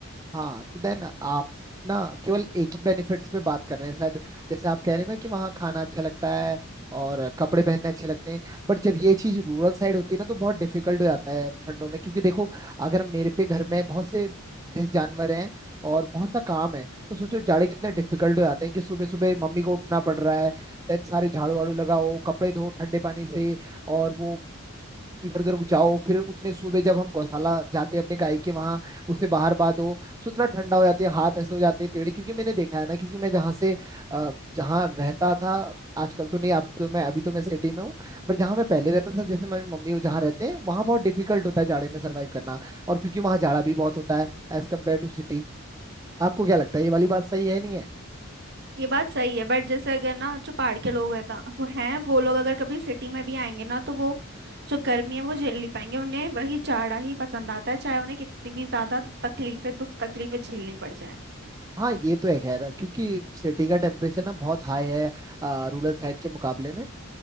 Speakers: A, on the right; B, on the right.
A: हाँ तो देन आप ना केवल एक ही बेनिफिट्स पे बात कर रहे हैं शायद जैसे आप कह रहे हैं ना कि वहाँ खाना अच्छा लगता है और कपड़े पहनने अच्छे लगते हैं बट जब ये चीज़ रूरल साइड होती है ना तो बहुत डिफिकल्ट हो जाता है ठंडों में क्योंकि देखो अगर मेरे पे घर में बहुत से जैसे जानवर हैं और बहुत सा काम है तो सोचो जाड़े कितने डिफिकल्ट हो जाते हैं कि सुबह सुबह मम्मी को उठना पड़ रहा है देन सारे झाड़ू वाड़ू लगाओ कपड़े धो ठंडे पानी से और वो इधर उधर जाओ फिर उतने सुबह जब हम गौशाला जाते हैं अपने गाय के वहां उससे बाहर बात हो सो इतना ठंडा हो जाते हैं हाथ ऐसे हो जाते हैं टेढ़े क्योंकि मैंने देखा है ना क्योंकि मैं जहाँ से अ, जहाँ रहता था आजकल तो नहीं अब तो मैं अभी तो मैं सिटी में हूँ पर जहाँ मैं पहले रहता था जैसे मेरी मम्मी वो जहाँ रहते हैं वहाँ बहुत डिफिकल्ट होता है जाड़े में सर्वाइव करना और क्योंकि वहाँ जाड़ा भी बहुत होता है एज कम्पेयर टू सिटी आपको क्या लगता है ये वाली बात सही है नहीं है
B: ये बात सही है बट जैसे अगर ना जो पहाड़ के लोग हैं ना वो हैं वो लोग अगर कभी सिटी में भी आएंगे ना तो वो जो गर्मी है वो झेल नहीं पाएंगे उन्हें वही जाड़ा ही पसंद आता है चाहे उन्हें कितनी भी ज्यादा तकलीफें दुख तकलीफें झेलनी पड़ जाए
A: हाँ ये तो है खैर क्योंकि सिटी का टेम्परेचर ना बहुत हाई है रूरल साइड के मुकाबले में